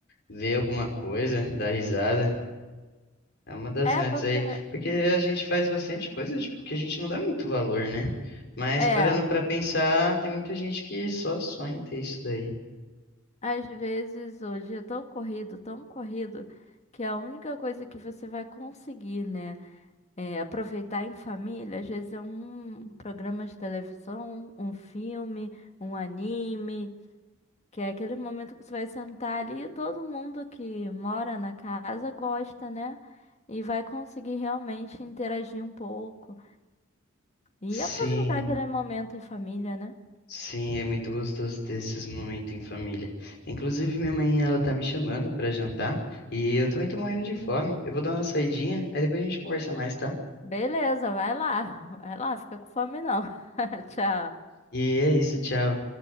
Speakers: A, on the left; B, on the left.
A: ver alguma coisa, dar risada. É uma das
B: É
A: metas
B: porque,
A: aí, porque a gente faz bastante coisa, tipo, que a gente não dá muito valor, né? Mas
B: é,
A: parando pra pensar, tem muita gente que só sonha em ter isso daí.
B: às vezes hoje é tão corrido, tão corrido, que a única coisa que você vai conseguir, né, é aproveitar em família, às vezes é um programa de televisão, um filme, um anime, Que é aquele momento que você vai sentar ali e todo mundo que mora na casa gosta, né? E vai conseguir realmente interagir um pouco e
A: Sim,
B: aproveitar aquele momento em família, né?
A: sim, é muito gostoso ter esses momentos em família. Inclusive, minha mãe, ela tá me chamando pra jantar e eu também tô morrendo de fome. Eu vou dar uma saidinha, aí depois a gente conversa mais, tá?
B: Beleza, vai lá. <laughs> Vai lá, fica com fome não. <laughs> Tchau.
A: E é isso, tchau.